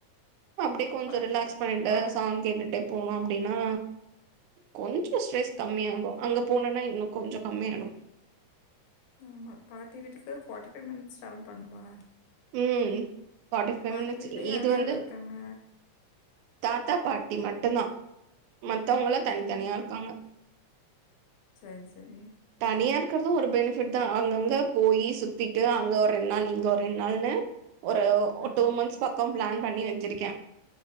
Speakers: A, on the right; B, on the left.
A: அப்டியே கொஞ்சோ
B: பாட்டி
A: ரிலக்ஸ்
B: வீட்டுக்குங்களா
A: பண்ணிட்டு சாங் கேட்டுட்டே போனோ அப்டின்னா கொஞ்சோ ஸ்ட்ரெஸ் கம்மியாகு அங்க போனனா இன்னு கொஞ்சோ கம்மியாடு
B: ஆமா பாட்டி வீட்டுக்கு ஃபார்டிஃபைவ் மினிட்ஸ் ட்ரவல் பண்ணுமா
A: ம் பார்ட்டி ஃபைவ்
B: பாட்டி
A: மினிட்ஸ்
B: வீட்ல யார்
A: இது வந்து
B: யார் இருக்காங்க
A: தாத்தா பாட்டி மட்டு்ந்தா மத்தவங்கல்லா தனித்தனியா
B: சரி சரி
A: இருக்காங்க
B: சரி சரி
A: தனியா இருக்கறது ஒரு பெனிபிட் தா அங்கங்க போயி சுத்திட்டு அங்க ஒரு ரெண்டு நாள் இங்க ஒரு ரெண்டு நாள்ல ஒரு
B: ஆமா.
A: டூ மந்த்ஸ் பக்கோ ப்ளன் பண்ணி வச்சிருக்க